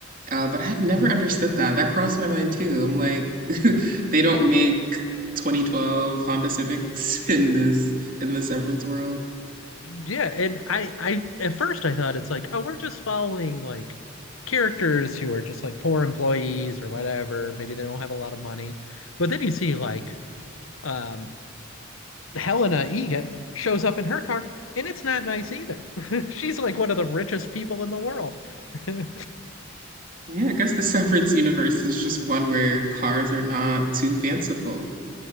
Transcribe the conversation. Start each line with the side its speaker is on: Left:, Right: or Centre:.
Right: Uh, but I've never
Left: Mm-hmm.
Right: understood that. That crossed my mind too. I'm like, <laughs> they don't make 2012 Honda Civics <laughs> in this in the Severance world.
Left: Yeah, and I, I at first I thought it's like, oh, we're just following like characters who are just like poor employees or whatever. Maybe they don't have a lot of money, but then you see like um, Helena Egan shows up in her car, and it's not nice either. <laughs> She's like one of the richest people in the world. <laughs> yeah,
Right: Yeah, I guess the Severance universe is just one where cars are not too fanciful.